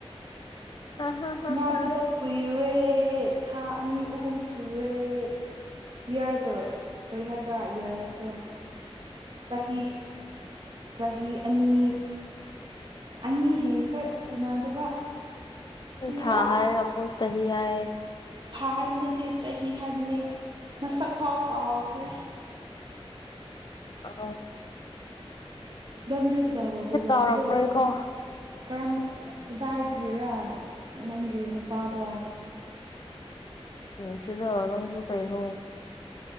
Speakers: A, on the left; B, on the right.
A: ꯍꯥ ꯍꯥ ꯍꯥ
B: ꯎꯗꯗ
A: ꯍꯥ
B: ꯀꯣꯏꯔ ꯣꯔꯦ ꯊꯥ ꯑꯅꯤ ꯑꯍꯨꯝ ꯁꯨꯔꯦ ꯏꯌꯔꯗꯣ ꯀꯔꯤ ꯍꯥꯏꯕ꯭ꯔꯥ ꯏꯌꯔ ꯑꯗꯣ ꯆꯍꯤ ꯆꯍꯤ ꯑꯅꯤ ꯑꯅꯤ ꯍꯦꯟꯈ꯭ꯔꯦ ꯎꯅꯗꯕ ꯀꯨꯏꯒ
A: ꯊꯥ ꯍꯥꯏꯔꯒ ꯑꯃꯨꯛ ꯆꯍꯤ ꯍꯥꯏ
B: ꯊꯥ ꯍꯥꯏꯕ ꯅꯠꯇꯦ ꯆꯍꯤ ꯍꯥꯏꯕꯅꯦ ꯃꯁꯛ ꯐꯥꯎ ꯀꯥꯎ ꯐꯔꯦ
A: ꯑ
B: ꯗꯒ ꯗ ꯀ ꯇꯒ ꯀꯣꯏ ꯂꯕꯅꯣ
A: ꯀꯥꯎꯔꯝꯕ꯭ꯔꯣꯏꯀꯣ
B: ꯀꯔꯝ ꯀꯗꯥꯏꯗꯒꯤꯔꯣ ꯅꯪꯒꯤ ꯅꯨꯄꯥꯗꯣ
A: ꯎ ꯁꯤꯗꯅꯁꯨ ꯀꯥꯏꯅꯣ